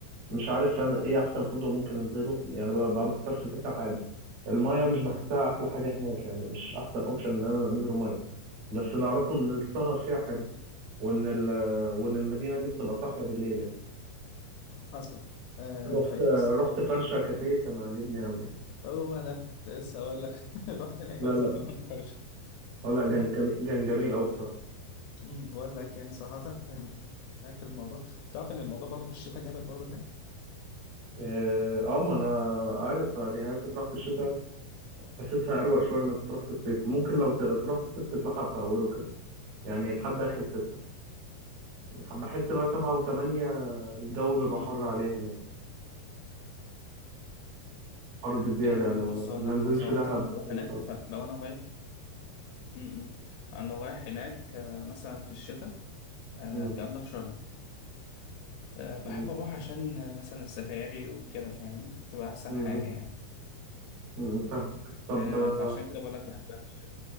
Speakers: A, on the right; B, on the left.
A: مش عارف انا ايه احسن فندق ممكن انزله يعني ببقى محتار في كذا حاجه المايه مش بحسها احلى حاجه هناك يعني مش احسن اوبشن ان انا انزل مايه بس اللي اعرفه ان السهر فيها حلو وان ال- وان المدينه دي بتبقى صاحيه بالليل يعني
B: حصل آه
A: رحت
B: طيب بص
A: رحت فرشه كافيه كان عاجبني قوي يعني
B: هو ده كنت لسه هقول لك <laughs> رحت هناك
A: لا
B: ولازم
A: لا
B: تروح عند فرشة
A: اه لا كان
B: أمم،
A: جميل- كان جميل قوي بصراحه
B: بقول لك يعني صراحة هناك الموضوع تعرف ان الموضوع برضه في الشتاء جامد برضه هناك <laughs> م-م.
A: اه آه، ما انا عارف يعني هي تطرح في الشتاء حاسسها اروق شويه ما تطرح في الصيف ممكن لو ت- تروح في الصيف تتلحق في اوله كده يعني لحد اخر ستة م، بحس بقى سبعة وثمانية الجو بيبقى
B: مم.
A: حر عليهم يعني حر بزيادة
B: آه
A: يعني ما
B: بص اقول
A: ما
B: لك
A: نزلش
B: هو صراحه
A: دهب
B: لما بروح
A: أي
B: هناك
A: شرب
B: فلو انا رايح م-م. انا لو رايح هناك آه مثلا في الشتاء آه
A: مم.
B: الكلام ده في شرم آه بحب
A: مم.
B: اروح عشان آه مثلا السفاري وكده فاهمني بتبقى احسن
A: مم.
B: حاجه يعني
A: مم. فاهمك طب
B: آه
A: آه،
B: فعشان كده بقول لك بحبها في الشتاء